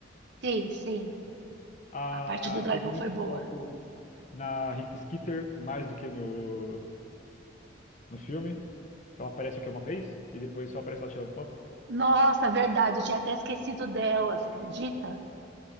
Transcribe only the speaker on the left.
Ah,
teve muito
foco na Rita Skeeter, mais do que no, no filme. Que ela aparece o quê? Uma vez? E depois só aparece ela tirando foto?